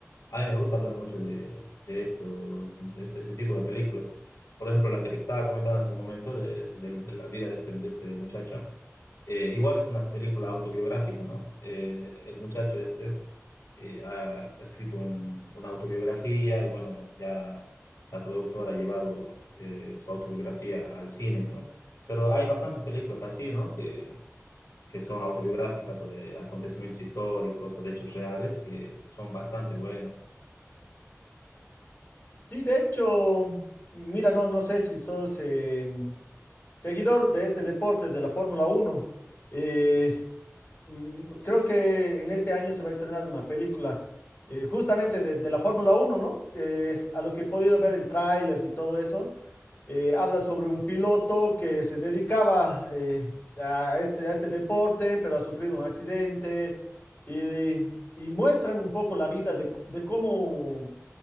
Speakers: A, on the left; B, on the left.
A: a mí me gusta ver mucho de, de esto, de este, este tipo de películas. Por ejemplo, la que te estaba comentando en su momento de, de- de la vida de este, de este muchacho, eh, igual es una película autobiográfica, ¿no? Eh, el muchacho este eh, ha escrito un- una autobiografía y bueno, ya la productora ha llevado eh, su autobiografía al cine, ¿no? Pero hay bastantes películas así, ¿no? Que, que son autobiográficas o de acontecimientos históricos o de hechos reales que son bastante buenas.
B: Sí, de hecho, mira, no, no sé si sos... em, Seguidor de este deporte, de la Fórmula Uno, eh, mm, creo que en este año se va a estrenar una película eh, justamente de, de la Fórmula Uno, ¿no? Eh, a lo que he podido ver en trailers y todo eso, eh, habla sobre un piloto que se dedicaba eh, a este, a este deporte, pero ha sufrido un accidente y, y muestran un poco la vida de, de cómo